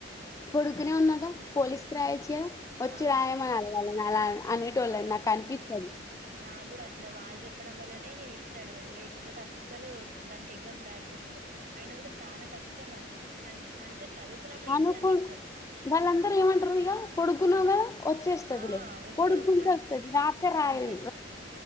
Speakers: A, on the left; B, on the right.
A: కొడుకునే ఉన్నాగా పోలీస్ కి రారాయచ్చ వచ్చి
B: ఆ!
A: రాయమని అడవళ్ళ అలా అని ల నాకు కనిపిస్తుంది
B: నా కూడా అట్లా వాళ్ళు చెప్పడం వల్లనే నేను ఇట్ సైడ్ పోయినా లేకపోతే అస్సలు దానికి ఎగ్జామ్స్ రాకపోతుండే అయన కూడా చాలా కష్టం అది అంటే అంటే చదువుకున్నప్పుడు
A: అనుకు
B: ఈజీ అనిపిస్తది.
A: వాళ్ళందరూ ఏమంటారు ఇక పొడుకున్నాగా వచ్చేస్తుది
B: ఆ
A: లే
B: వస్తది
A: పొడుకుంటే
B: వస్తది
A: వస్తుంది రాత్రే రాయదు
B: అంతే